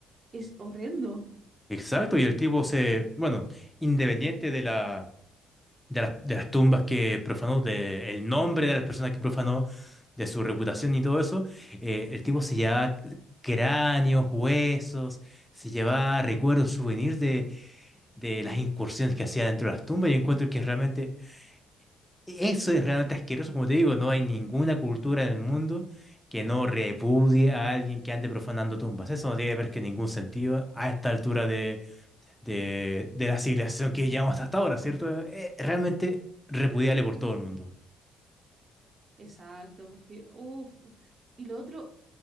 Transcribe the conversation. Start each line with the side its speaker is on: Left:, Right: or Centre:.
Right: Es horrendo.
Centre: Exacto, y el tipo se, bueno, independiente de la, de las, de las tumbas que profanó, de el nombre de las personas que profanó, de su reputación
Right: Ujú.
Centre: y todo eso, eh, el tipo se llevaba cráneos, huesos, se llevaba recuerdos, souvenirs de de las incursiones que hacía dentro de las tumbas, yo encuentro que realmente eso es realmente asqueroso, como te digo, no hay ninguna cultura en el mundo que no repudie a alguien que ande profanando tumbas. Eso no tiene ver que ningún sentido a esta altura de, de, de la civilización que llevamos hasta ahora, ¿cierto? Eh, realmente repudiable por todo el mundo.
Right: Exacto, porque, uff, y lo otro,